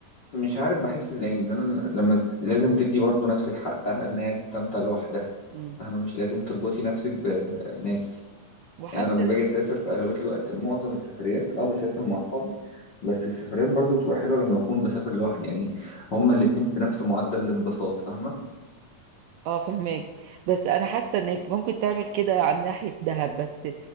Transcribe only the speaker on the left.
مش عارف بحس يعني ان انا لما لازم تدي برضو نفسك حقها ان هي تستمتع لوحدها
فاهمة مش لازم تربطي نفسك بناس
يعني أنا لما
باجي اسافر في اغلبية الوقت معظم السفريات اه بسافر مع اصحابي بس السفريات برضو بتبقى حلوة لما اكون بسافر لوحدي يعني هما الاتنين في نفس معدل الانبساط فاهمة